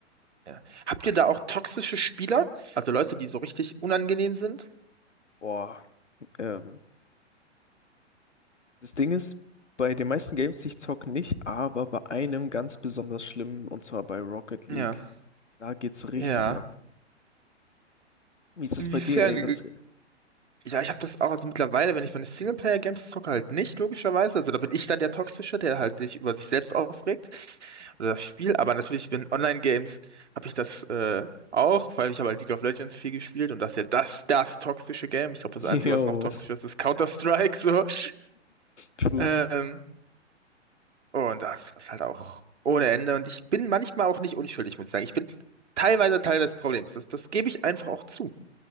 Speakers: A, on the right (about 70°); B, on the left (about 80°).
A: Ja. Habt ihr da auch toxische Spieler? Also Leute, die so richtig unangenehm sind?
B: Boah, ähm, das Ding ist, bei den meisten Games, die ich zocke, nicht, aber bei einem ganz besonders schlimm, und zwar bei Rocket League.
A: Ja.
B: Da geht's richtig
A: Ja.
B: ab. Wie ist das
A: Inwiefern?
B: bei dir, ey? Was?
A: Ja, ich habe das auch, also mittlerweile, wenn ich meine Singleplayer-Games zocke, halt nicht, logischerweise. Also da bin ich dann der Toxische, der halt sich über sich selbst aufregt oder das Spiel. Aber natürlich bin Online-Games, habe ich das äh, auch, weil ich habe halt League of Legends viel gespielt und das ist ja das, das toxische Game. Ich glaube, das
B: <laughs>
A: Einzige,
B: Yo,
A: was noch toxischer ist, ist Counter-Strike, so. <laughs>
B: true.
A: Ähm, und das ist halt auch ohne Ende. Und ich bin manchmal auch nicht unschuldig, muss ich sagen. Ich bin teilweise Teil des Problems. Das, das gebe ich einfach auch zu.